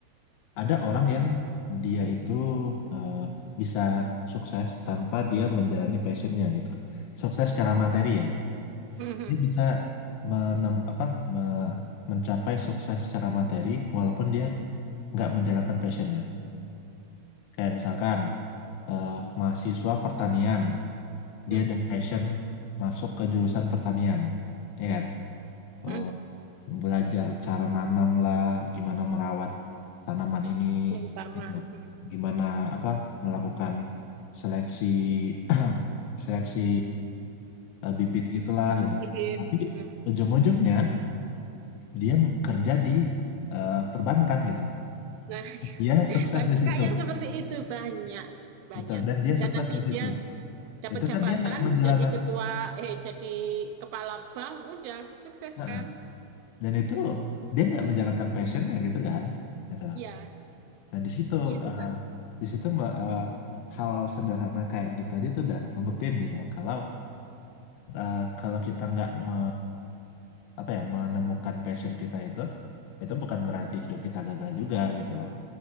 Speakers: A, on the left (about 85°); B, on the right (about 85°).
A: ada orang yang dia itu eh, bisa sukses tanpa dia menjalani passionnya gitu. Sukses secara materi ya.
B: Mhm,
A: dia bisa menem, apa me- mencapai sukses secara materi walaupun dia nggak menjalankan passionnya kayak misalkan eh, mahasiswa pertanian
B: mhm,
A: dia udah passion masuk ke jurusan pertanian ya kan
B: mhm.
A: Eh, belajar cara nanam lah gimana merawat tanaman ini
B: Yang mhm.
A: gitu. gimana apa melakukan seleksi <clears throat> seleksi eh, bibit gitulah gitu
B: Bibit,
A: tapi
B: mhm.
A: ujung-ujungnya dia kerja di eh, perbankan gitu.
B: Nah, <laughs>
A: Dia sukses
B: banyak
A: di situ,
B: Kak yang seperti itu, banyak, banyak.
A: betul. Dan dia
B: Dan
A: sukses
B: nanti
A: di situ.
B: dia Dapat
A: Itu
B: jabatan,
A: kan dia nggak menjalankan,
B: jadi ketua, eh jadi kepala bank, udah sukses
A: Nah,
B: kan?
A: dan itu dia nggak menjalankan passionnya gitu kan, gitu loh.
B: Iya,
A: Nah di situ,
B: iya
A: eh,
B: sih Kak.
A: di situ mbak eh, hal sederhana kayak gitu aja tuh udah ngebuktiin gitu loh. Kalau eh, kalau kita nggak me, apa ya menemukan passion kita itu, itu bukan berarti hidup kita gagal juga gitu loh.